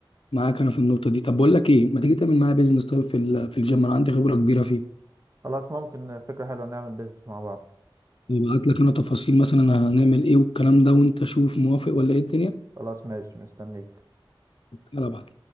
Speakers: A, on the left; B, on the right.
A: معاك انا في النقطة دي طب بقول لك ايه ما تيجي تعمل معايا بيزنس طيب في ال- في الجيم انا عندي خبرة كبيرة فيه
B: خلاص ممكن فكرة حلوة نعمل بيزنس مع بعض
A: وابعت لك انا تفاصيل مثلا هنعمل ايه والكلام ده وانت شوف موافق ولا ايه الدنيا
B: خلاص ماشي مستنيك
A: يلا ابعت